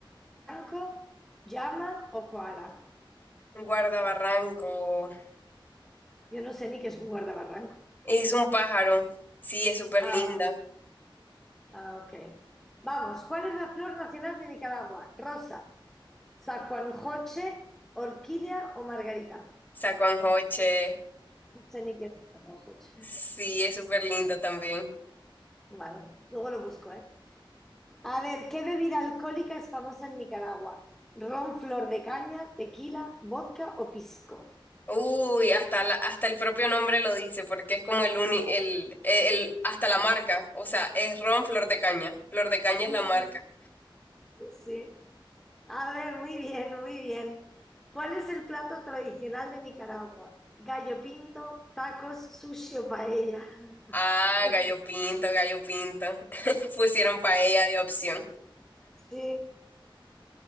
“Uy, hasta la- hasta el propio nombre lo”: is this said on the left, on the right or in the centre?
Left